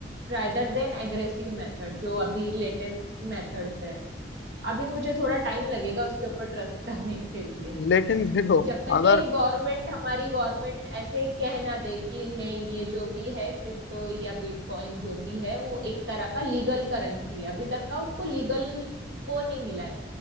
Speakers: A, on the right; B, on the left.
A: रादर देन एग्रेसिव मेथड जो अभी लेटेस्ट मेथड्स है अभी मुझे थोड़ा टाइम लगेगा उसके ऊपर ट्रस्ट <laughs> करने के लिए
B: लेकिन देखो
A: जब तक
B: अगर
A: ये गवर्नमेंट हमारी गवर्नमेंट ऐसे कह ना दे कि नहीं ये जो भी है क्रिप्टो या बिटकॉइन जो भी है वो एक तरह का लीगल करेंसी है अभी तक का उसको लीगल वो नहीं मिला है